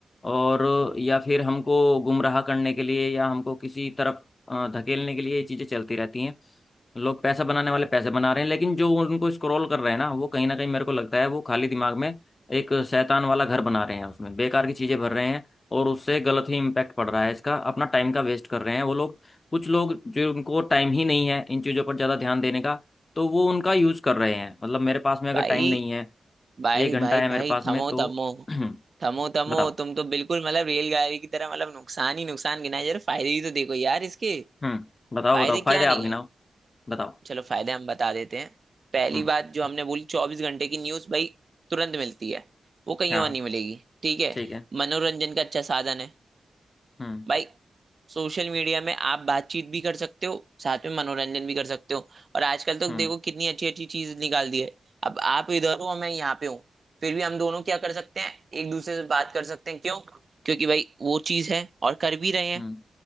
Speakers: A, on the left (about 35°); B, on the right (about 45°).
A: और या फिर हमको गुमराह करने के लिए या हमको किसी तरफ अ, धकेलने के लिए ये चीज़ें चलती रहती हैं लोग पैसा बनाने वाले पैसे बना रहे हैं लेकिन जो उनको स्क्रॉल कर रहे हैं ना वो कहीं ना कहीं मेरे को लगता है वो खाली दिमाग में एक शैतान वाला घर बना रहे हैं उसमें बेकार की चीज़ें भर रहे हैं और उससे गलत ही इम्पैक्ट पड़ रहा है इसका अपना टाइम का वेस्ट कर रहे हैं वो लोग कुछ लोग जो उनको टाइम ही नहीं है इन चीज़ों पर ज़्यादा ध्यान देने का तो वो उनका यूज़ कर रहे हैं मतलब मेरे पास में अगर
B: भाई
A: टाइम नहीं है
B: भाई
A: एक घंटा
B: भाई
A: है मेरे
B: भाई
A: पास में
B: थमो
A: तो
B: थमो
A: <clears throat>
B: थमो थमो
A: बताओ
B: तुम तो बिल्कुल मतलब रेलगाड़ी की तरह मतलब नुकसान ही नुकसान गिनाए जा रहे फायदे ही तो देखो यार इसके
A: हम्म बताओ
B: फायदे
A: बताओ फायदे
B: क्या
A: आप
B: नहीं
A: गिनाओ
B: है
A: बताओ
B: चलो फायदे हम बता देते हैं पहली
A: हम्म
B: बात जो हमने बोली चौबीस घंटे की न्यूज भाई तुरंत मिलती है वो कहीं
A: हाँ
B: और नहीं मिलेगी ठीक है
A: ठीक है
B: मनोरंजन का अच्छा साधन है
A: हम्म
B: भाई सोशल मीडिया में आप बातचीत भी कर सकते हो साथ में मनोरंजन भी कर सकते हो और आजकल तो
A: हम्म
B: देखो कितनी अच्छी अच्छी चीज निकाल दी है अब आप इधर हो मैं यहाँ पे हूँ फिर भी हम दोनों क्या कर सकते हैं एक दूसरे से बात कर सकते हैं क्यों क्योंकि भाई वो चीज है और कर भी रहे हैं
A: हम्म